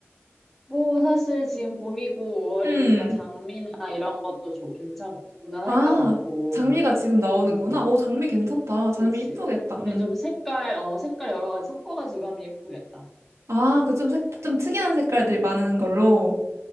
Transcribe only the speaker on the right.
음,
아,
장미가 지금 나오는구나.
오, 장미 괜찮다. 장미
이쁘겠다.
음.
아, 그 좀 색, 좀 특이한 색깔들이 많은 걸로.